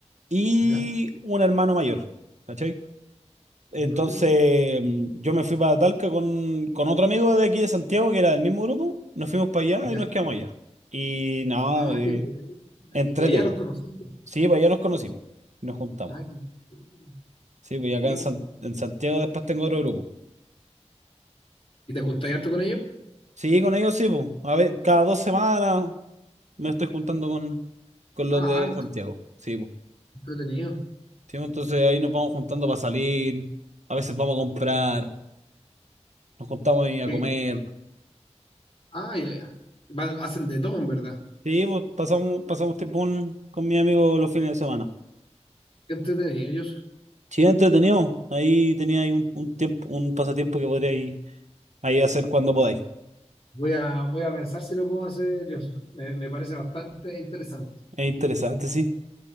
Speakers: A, on the right (about 80°); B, on the left (about 50°).
A: y
B: ¿Ya?
A: un hermano mayor, ¿cachai? Entonces
B: Mm,
A: mm, yo me fui para Talca con, con otro amigo de aquí de Santiago que era del mismo grupo, nos fuimos para allá
B: ¿Ya?
A: y nos quedamos allá. Y nada,
B: Ah,
A: eh,
B: ya, güey.
A: entrete.
B: Y allá los conociste.
A: Sí, para allá nos conocimos y nos juntamos.
B: Ah, qué entretenido,
A: Sí, pues y acá
B: qué
A: en,
B: bueno.
A: San- en Santiago después tengo otro grupo.
B: ¿Y te juntáis harto con ellos?
A: Sí, con ellos sí, pues. A ver, cada dos semanas me estoy juntando con, con los
B: Ah,
A: de
B: harto.
A: Santiago. Sí, pues.
B: Entretenido.
A: Sí, pues, entonces ahí nos vamos juntando para salir, a veces vamos a comprar, nos juntamos ahí a
B: Sí.
A: comer.
B: Ah, ya, ya. Van- hacen de todo, en verdad.
A: Sí, pues pasamos, pasamos tiempo con, con mi amigo los fines de semana.
B: Qué entretenido ellos.
A: Sí, entretenido. Ahí tenía ahí un, un tiempo, un pasatiempo que podríais ahí hacer cuando podáis.
B: Voy a, voy a pensar si lo puedo hacer yo. Me, me parece bastante interesante.
A: Es interesante, sí.